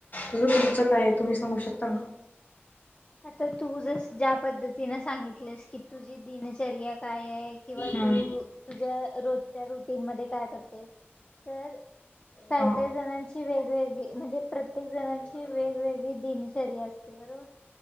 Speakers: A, on the left; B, on the left.
A: तस तुमचा काय? आहे तुम्ही सांगू शकता ना.
B: आता तू जस ज्या पद्धतीनें सांगितलंस की तुझी दिनचर्या काय आहे. किंवा तू
A: हां
B: तुझ्या रोजच्या रुटीन मध्ये काय करते तर काय
A: हां
B: काही जणांची वेगवेगळी म्हणजे प्रत्येक जणांची वेगवेगळी दिनचर्येया असते बरोबर.